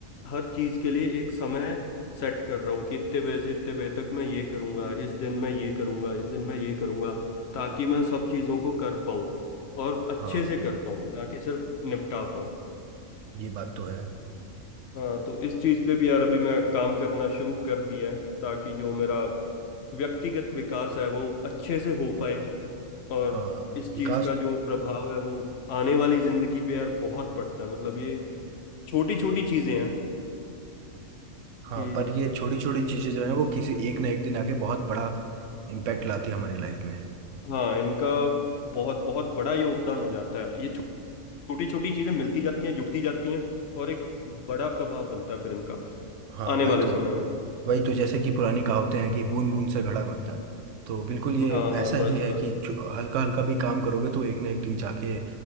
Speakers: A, on the left; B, on the right.
A: हर चीज के लिए एक समय सेट कर रहा हूँ कि इतने बजे से इतने बजे तक मैं ये करूंगा इस दिन मैं ये करूंगा इस दिन मैं ये करूंगा ताकि मैं सब चीजों को कर पाऊँ और अच्छे
B: हाँ
A: से कर पाऊँ ना कि सिर्फ निपटा पाऊँ
B: ये बात तो है
A: हाँ तो इस चीज पे भी यार अभी मैं काम करना शुरू कर दिया है ताकि जो मेरा व्यक्तिगत विकास है वो अच्छे से हो पाए और
B: हाँ
A: इस
B: विकास
A: चीज का
B: तो,
A: जो प्रभाव है वो आने वाली जिंदगी पे यार बहुत पड़ता है मतलब ये छोटी छोटी चीजें हैं
B: हाँ
A: हम्म
B: पर ये छोटी छोटी चीजें जो हैं वो किसी एक ना एक दिन आके बहुत बड़ा इम्पैक्ट लाती है हमारी लाइफ में
A: हाँ इनका बहुत बहुत बड़ा योगदान हो जाता है ये छोटी छोटी चीजें मिलती जाती हैं जुड़ती जाती हैं और एक बड़ा प्रभाव बनता है फिर इनका
B: हाँ
A: आने
B: वही
A: वाले
B: तो
A: समय में
B: वही तो जैसे कि पुरानी कहावतें हैं कि बूंद बूंद से घड़ा भरता है तो बिल्कुल ये
A: हाँ
B: वैसा
A: हाँ बस
B: ही है
A: बस
B: कि हल्का हल्का भी काम करोगे तो एक ना एक दिन जाके